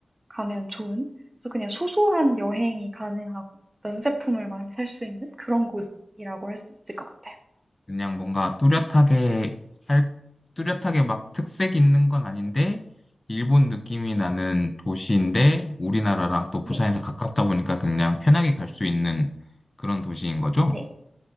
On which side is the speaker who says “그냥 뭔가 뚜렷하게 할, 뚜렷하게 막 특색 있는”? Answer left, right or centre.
Left